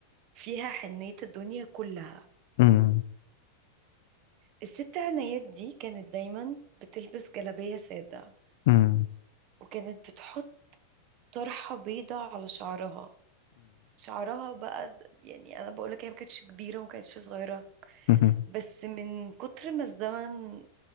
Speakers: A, on the right; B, on the left.
A: فيها حنية الدنيا كلها
B: مم.
A: الست عنايات دي كانت دايما بتلبس جلابية سادة
B: مم.
A: وكانت بتحط طرحة بيضة على شعرها شعرها بقى د- يعني انا بقولك هي ما كانتش كبيرة وما كانتش صغيرة
B: مم.
A: بس من كتر ما الزمن